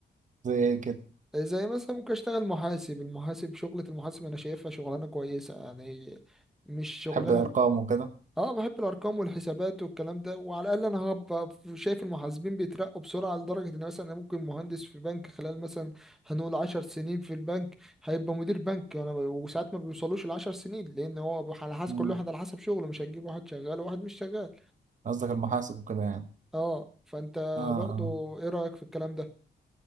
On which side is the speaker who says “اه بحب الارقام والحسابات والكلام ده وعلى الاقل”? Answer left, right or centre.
Centre